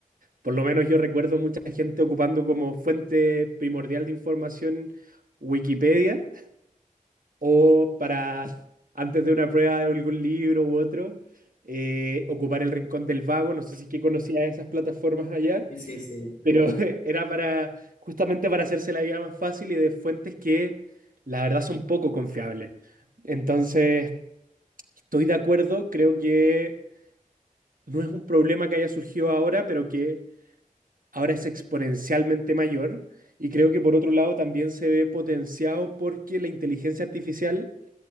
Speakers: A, on the right; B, on the left.
A: Por lo menos yo recuerdo mucha gente ocupando como fuente primordial de información Wikipedia o para <laughs> antes de una prueba de algún libro u otro, eh, ocupar el Rincón del Vago. No sé si es que conocía esas plataformas allá,
B: Sí, sí, sí.
A: pero <laughs> era para justamente para hacerse la vida más fácil y de fuentes que la verdad son poco confiables. Entonces, estoy de acuerdo, creo que no es un problema que haya surgido ahora, pero que ahora es exponencialmente mayor. Y creo que por otro lado también se ve potenciado porque la inteligencia artificial